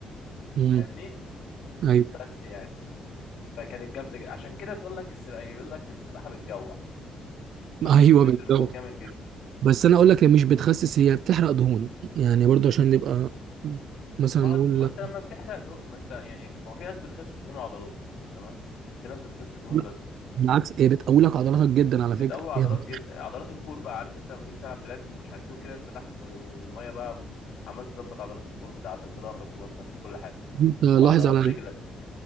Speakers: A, on the right (about 75°); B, on the left (about 70°).
A: امم
B: فاهمني
A: أيوه
B: بس يعني فكانت جامدة جدا عشان كده تقول لك السباحة يقول لك السباحة بتجوع
A: <laughs>
B: عشان
A: أيوه
B: أنت بتبذل
A: بالظبط
B: مجهود جامد جدا
A: بس أنا أقول لك هي مش بتخسس هي بتحرق دهون يعني برضه عشان نبقى مثلا
B: ما
A: نقول
B: ما
A: لك
B: أنت لما بتحرق دهون ما أنت يعني ما هو في ناس بتخس دهون وعضلات تمام في ناس بتخس دهون
A: لا
B: بس
A: بالعكس هي بتقوي لك عضلاتك جدا على
B: بتقوي
A: فكرة
B: عضلات
A: يعني
B: جدا عضلات الكور بقى عارف أنت لما تيجي تلعب بلانك ومش عارف إيه وكده أنت تحت في المية بقى عمال تظبط عضلات الكور بتاعتك بظهرك ببطنك وكل حاجة
A: أنت لاحظ
B: وعضلات
A: على
B: رجلك